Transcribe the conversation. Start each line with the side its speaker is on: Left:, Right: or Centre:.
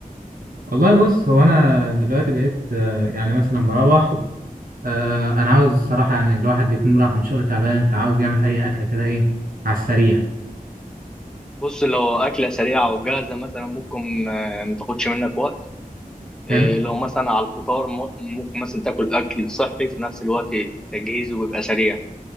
Right: والله بص هو أنا دلوقتي بقيت آه، يعني مثلا بروح آه، أنا عاوز الصراحة يعني الواحد بيكون رايح من شغل تعبان فعاوز يعمل أي أكلة كده إيه على السريع
Centre: بص لو اكله سريعه وجاهزه مثلا ممكن آه، ما تاخدش منك وقت آه،
Right: حلو
Centre: لو مثلا على الفطار م- ممكن مثلا تاكل اكل صحي في نفس الوقت تجهيزه بيبقى سريع